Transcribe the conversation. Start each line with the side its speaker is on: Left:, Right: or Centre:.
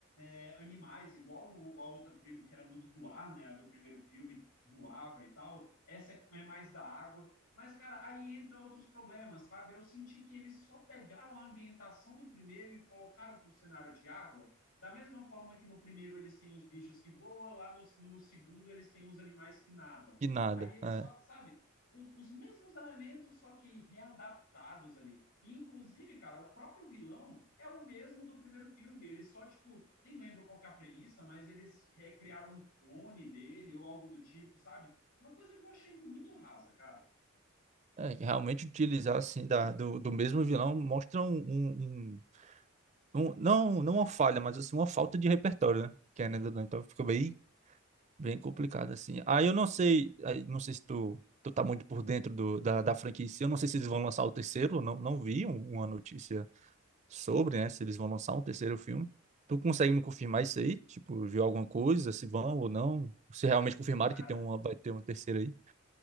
Left: é, animais, igual o, a outra tribo que era muito do ar, né? A do primeiro filme voava e tal. Essa é, é mais da água. Mas, cara, aí entra outros problemas, sabe? Eu senti que eles só pegaram a ambientação do primeiro e colocaram para o cenário de água. Da mesma forma que no primeiro eles têm os bichos que voam, lá no, no segundo eles têm os animais que nadam.
Right: Que nada.
Left: Aí eles
Right: É,
Left: falam, sabe? os, os mesmos elementos, só que readaptados ali. E, inclusive, cara, o próprio vilão é o mesmo do primeiro filme. Eles só, tipo, nem lembro qual que é a premissa, mas eles recriaram um clone dele ou algo do tipo, sabe? Uma coisa que eu achei muito rasa, cara.
Right: é, que realmente utilizar assim da, do, do mesmo vilão mostra um, um- um- um- não, não uma falha, mas assim uma falta de repertório, né? Querendo ou não, então fica bem, bem complicado assim. Aí eu não sei, aí não sei se tu, tu tá muito por dentro do, da, da franquia em si, eu não sei se eles vão lançar o terceiro, eu não, não vi um- uma notícia sobre, né? Se eles vão lançar um terceiro filme. Tu consegue me confirmar isso aí? Tipo, viu alguma coisa, se vão ou não? Se realmente confirmaram
Left: Cara,
Right: que tem uma, vai ter uma terceira aí?